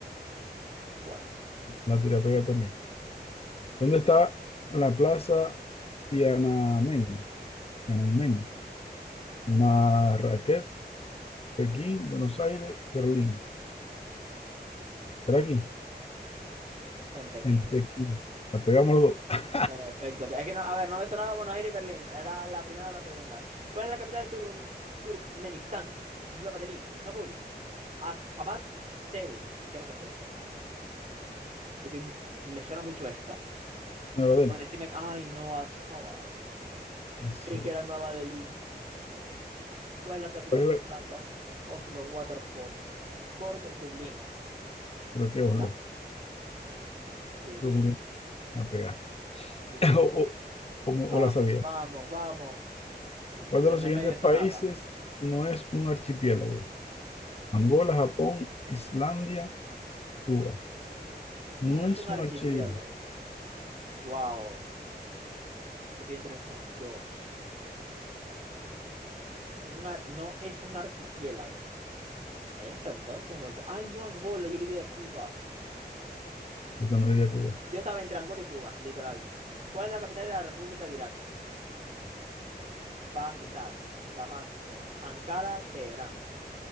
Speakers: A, on the right; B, on the left.
A: Bueno,
B: la tira a pegar también. ¿Dónde
A: bueno,
B: está la plaza Tiananmen? Tiananmen, Marrakech, Pekín, Buenos Aires, Berlín. ¿Será aquí?
A: en Pekín.
B: En Pekín. La pegamos los dos.
A: En efecto, es que no, a ver, no me sonaba Buenos Aires y Berlín, era la primera o la segunda. ¿Cuál es la capital de Turm- Turkmenistán? Nueva Delhi, Kabul, Ashgabat, Seúl. Creo que es esta. Estoy- m- me suena mucho esta.
B: Nueva
A: Por
B: Delhi.
A: decirme, ay, no, Ashgabat.
B: Sabah.
A: Creí que era Nueva Delhi. No. ¿Cuál es la capital
B: ¿Cuál es
A: de
B: la-
A: Irlanda? Oslo, Waterford, Cork, Dublín.
B: Creo que
A: ¿Está?
B: Oslo.
A: Dublín,
B: Dublín. La pegaste.
A: Dublín.
B: <laughs> O, o- o-
A: Vamos,
B: o la sabías.
A: vamos, vamos. La,
B: ¿Cuál de los
A: me
B: siguientes
A: medio sonaba.
B: países no es un archipiélago? Angola, Japón, Islandia, Cuba. No
A: No es
B: es
A: un archipiélago.
B: un archipiélago.
A: Wow. Estoy entre estas dos. Un ar- no es un archipiélago. Esta entonces, porque. Ay, no Angola, yo le di a Cuba.
B: Esta no es de Cuba.
A: Yo estaba entre Angola y Cuba, literal. ¿Cuál es la capital de la República de Irak? Bagdad, Damasco, Ankara, Teherán.